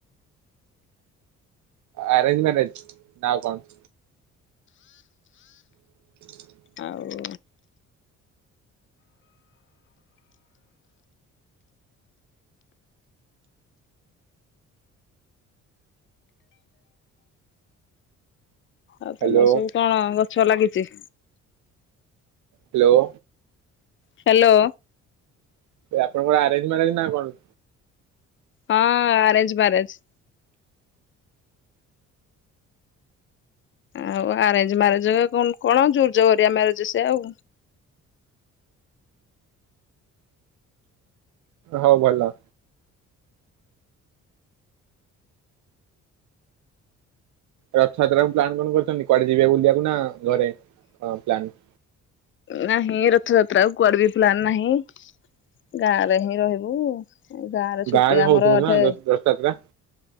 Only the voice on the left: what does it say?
ଆଉ ଆଉ
ତମର ସବୁ କଣ ଗଛ ଲାଗିଛି?
ହ୍ୟାଲୋ।
ହଁ, ଆରେଞ୍ଜ ମ୍ୟାରେଜ। ଆଉ ଆରେଞ୍ଜ ମ୍ୟାରେଜ କଣ। ଯୁଜ ହରିଆ ମ୍ୟାରେଜ ସେ ଆଉ
ନାହିଁ ରଥଯାତ୍ରା କୁଆଡେ ବି ପ୍ଲାନ ନାହିଁ। ଗାଁରେ ହିଁ ରହିବୁ। ଏ ଗାଁର ଛୁଟି
ଆମର
ଅଠେ